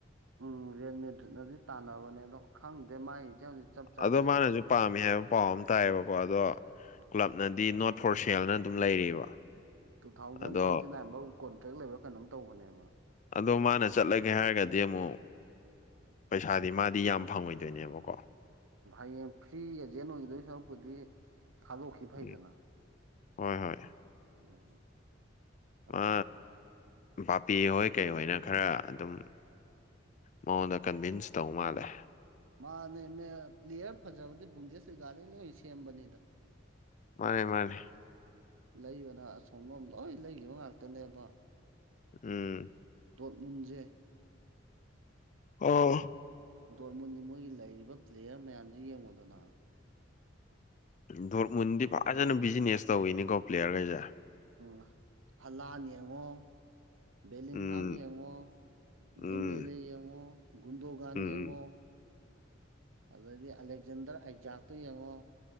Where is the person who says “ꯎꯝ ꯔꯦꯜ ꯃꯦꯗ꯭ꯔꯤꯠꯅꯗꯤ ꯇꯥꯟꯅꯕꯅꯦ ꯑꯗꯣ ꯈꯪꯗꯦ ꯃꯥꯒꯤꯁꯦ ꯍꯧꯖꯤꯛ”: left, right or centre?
Right